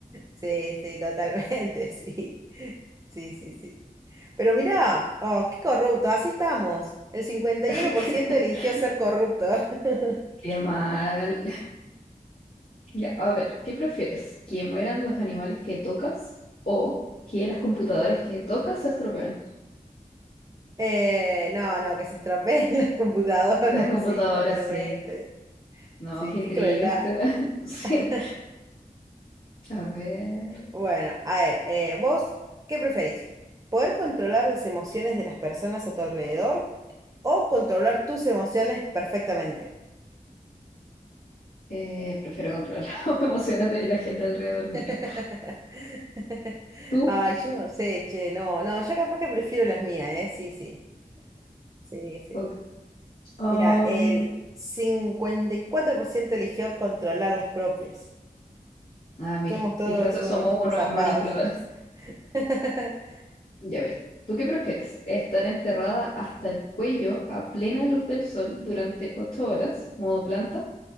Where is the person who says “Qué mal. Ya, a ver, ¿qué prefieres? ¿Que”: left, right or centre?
Left